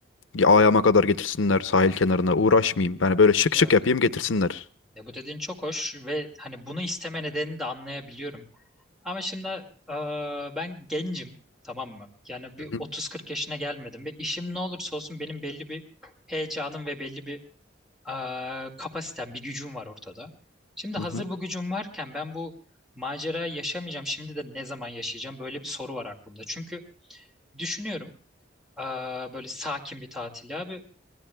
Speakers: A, on the left (about 80°); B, in the centre.
A: Ya Ayağıma kadar getirsinler sahil kenarına. Uğraşmayayım. Yani böyle şık
B: Ya,
A: şık yapayım getirsinler.
B: ya bu dediğin çok hoş ve hani bunu isteme nedenini de anlayabiliyorum. Ama şimdi e, ben gencim tamam mı? Yani bir
A: Hı hı.
B: 30-40 yaşına gelmedim ve işim ne olursa olsun benim belli bir heyecanım ve belli bir e, kapasitem, bir gücüm var ortada. Şimdi hazır
A: Hı hı.
B: bu gücüm varken ben bu macerayı yaşamayacağım. Şimdi de ne zaman yaşayacağım? Böyle bir soru var aklımda. Çünkü düşünüyorum e, böyle sakin bir tatil abi.